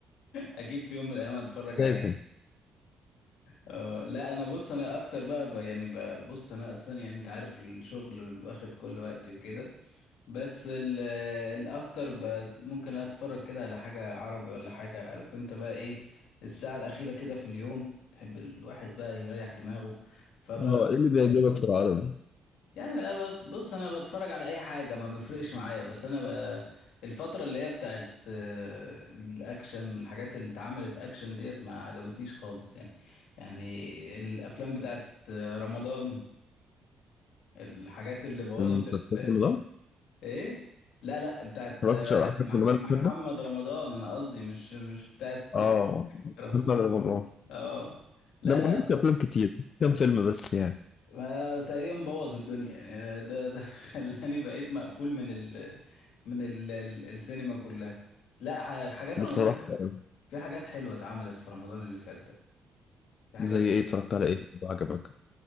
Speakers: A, on the left; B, on the left.
A: اكيد في يوم من الايام هتفرج
B: لازم
A: عليه اه لا انا بص انا اكتر بقى, بقى يعني بقى بص انا اصلا يعني انت عارف الشغل واخد كل وقتي وكده بس ال- آه، الاكتر ب- ممكن اتفرج كده على حاجة عربي ولا حاجة عارف انت بقى ايه الساعة الاخيرة كده في اليوم تحب الواحد بقى يريح دماغه فب
B: اه ايه اللي بيعجبك في العربي؟
A: يعني أنا بت- بص انا بتفرج على اي حاجة ما بيفرقش معايا بس انا بقى الفترة اللي هي بتاعت آه، الاكشن والحاجات اللي اتعملت اكشن ديت ما عجبتنيش خالص يعني يعني الافلام بتاعت آه، رمضان الحاجات اللي بوظت
B: المسلسلات
A: ال-
B: اللي ده؟
A: ايه لا لا بتاعت
B: اتفرجتش
A: آه،
B: على حاجة
A: مح-
B: من اللي
A: محمد
B: فات ده؟
A: رمضان انا قصدي مش مش بتاعت <laughs>
B: اه
A: رمضان
B: محمد رمضان
A: اه لا
B: ده ما
A: لا
B: عملش افلام كتير كام فيلم بس يعني
A: ما تقريبا بوظ الدنيا يعني ده ده <laughs> خلاني بقيت مقفول من ال من ال ال السينما كلها لا ح- حاجات
B: بصراحة
A: رمضان في
B: يعني.
A: في حاجات حلوة اتعملت في رمضان اللي فات ده في حاجات
B: زي ايه اتفرجت على ايه وعجبك